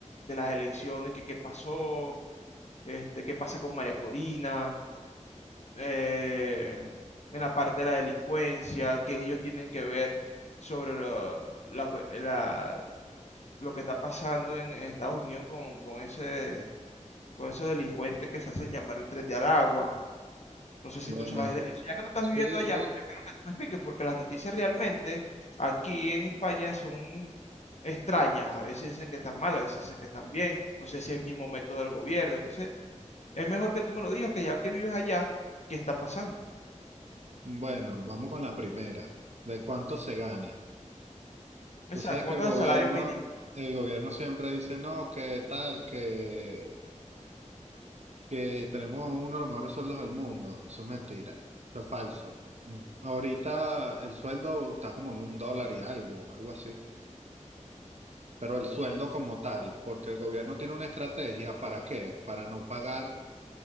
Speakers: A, on the left; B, on the right.
A: de las elecciones, qué, qué pasó, este, qué pasa con María Corina, eh, en la parte de la delincuencia, que ellos tienen que ver sobre lo, la cue- la- lo que está pasando en Estados Unidos con, con ese, con esos delincuentes que se hacen llamar el Tren de Aragua. No sé si
B: Bueno,
A: tú sabes de eso. Ya que tú estás
B: sí,
A: viviendo allá,
B: sí.
A: yo quiero que tú me expliques, porque las noticias realmente aquí en España son extrañas. A veces dicen que están mal, a veces dicen que están bien. No sé si es el mismo método del gobierno. Entonces, es mejor que tú me lo digas, que ya que vives allá, ¿qué está pasando?
B: Bueno, vamos con la primera. ¿De cuánto se gana?
A: Exacto,
B: Tú sabes
A: ¿cuánto
B: que el gobierno,
A: es el salario mínimo?
B: el gobierno siempre dice, no, que tal, que, que tenemos uno de los mejores sueldos del mundo. Eso es mentira. Eso es falso. Mm. Ahorita el sueldo está como en un dólar y algo, algo así. Pero el sueldo como tal, porque el gobierno tiene una estrategia, ¿para qué? Para no pagar.